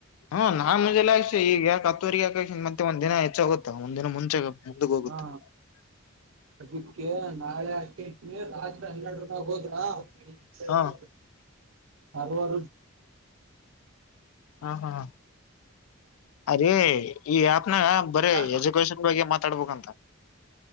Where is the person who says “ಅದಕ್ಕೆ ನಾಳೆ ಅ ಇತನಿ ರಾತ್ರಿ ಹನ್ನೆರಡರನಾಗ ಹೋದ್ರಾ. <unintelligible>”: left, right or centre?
Right